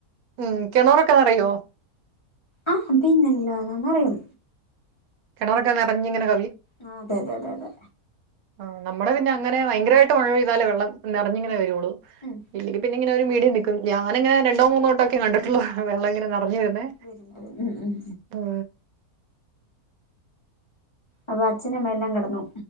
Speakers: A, on the right (about 75°); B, on the left (about 25°).
A: ഉം കിണറൊക്കെ നെറയോ?
B: ആഹ് പിന്നെല്ലാതെ നെറയും
A: കിണറൊക്കെ നിറഞ്ഞിങ്ങെനെ
B: ആ അതെതെ അതെ
A: ആ നമ്മടെ പിന്നങ്ങനെ ഭയങ്കരമായിട്ട് മഴ പെയ്താലേ വെള്ളം നിറഞ്ഞിങ്ങനെ വരൊള്ളു
B: ഉം
A: ഇല്ലെങ്കിൽ പിന്നെ ഇങ്ങനെ ഒരു മീഡിയം നിക്കും ഞാനങ്ങനെ രണ്ടോ മൂന്നോ വട്ടൊക്കെ കണ്ടിട്ടൊള്ളു വെള്ളങ്ങനെ പറഞ്ഞിരുന്നേ
B: വരുന്നത് ഉം ഉം
A: ഉം
B: അത് അച്ചനും അമ്മയെല്ലാം കെടന്നു